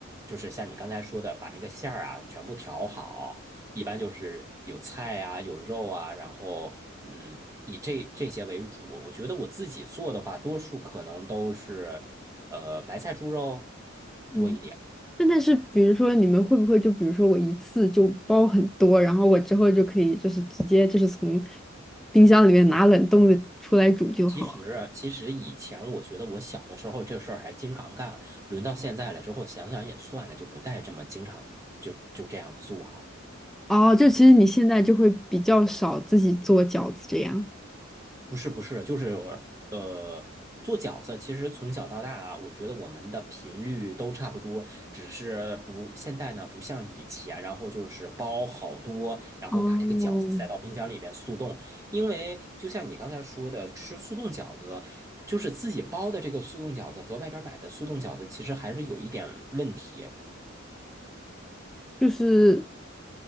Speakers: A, on the right; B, in the centre.
A: 就是像你刚才说的，把那个馅儿啊全部调好。一般就是有菜啊，有肉啊，然后嗯，以这这些为主。我觉得我自己做的话，多数可能都是呃白菜猪肉
B: 嗯，
A: 多一点。
B: 那但是比如说你们会不会就比如说我一次就包很多，然后我之后就可以就是直接就是从冰箱里面拿冷冻的出来煮就好了？
A: 其实，其实以前我觉得我小的时候这事儿还经常干，轮到现在了之后，想想也算了，就不再这么经常就就这样做了。
B: 哦，就其实你现在就会比较少自己做饺子这样。
A: 不是不是，就是呃，做饺子其实从小到大啊，我觉得我们的频率都差不多，只是不现在呢不像以前，然后就是包好多，然后把这个饺子塞到冰箱里边速冻。
B: 哦，
A: 因为就像你刚才说的，吃速冻饺子，就是自己包的这个速冻饺子和外边买的速冻饺子，其实还是有一点问题。
B: 就是